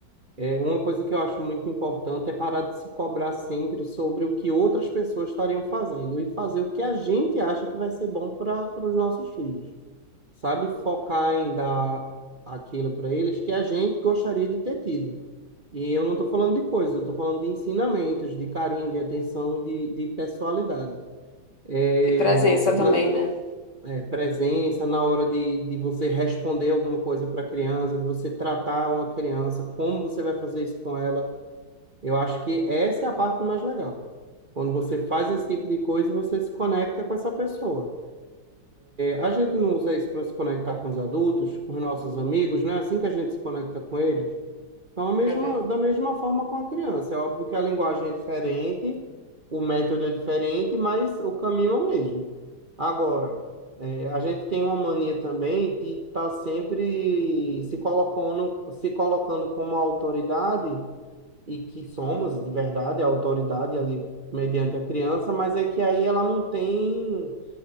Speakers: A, on the right; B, on the left.
A: É, uma coisa que eu acho muito importante é parar de se cobrar sempre sobre o que outras pessoas estariam fazendo e fazer o que a gente acha que vai ser bom para os nossos filhos. sabe? Focar em dar aquilo para eles que a gente gostaria de ter tido. E eu não estou falando de coisas, eu estou falando de ensinamentos, de carinho, de atenção e de, de pessoalidade. É,
B: De presença
A: na,
B: também, né?
A: é, presença na hora de, de você responder alguma coisa para a criança, de você tratar uma criança, como você vai fazer isso com ela. Eu acho que essa é a parte mais legal. Quando você faz esse tipo de coisa e você se conecta com essa pessoa. A gente não usa isso para se conectar com os adultos, com os nossos amigos, não é assim que a gente se conecta com eles? Então, a mesma,
B: É, verdade.
A: da mesma forma com a criança. É óbvio que a linguagem é diferente, o método é diferente, mas o caminho é o mesmo. Agora, é, a gente tem uma mania também de estar sempre se colocando, se colocando como autoridade, e que somos, de verdade, a autoridade ali mediante a criança, mas é que aí ela não tem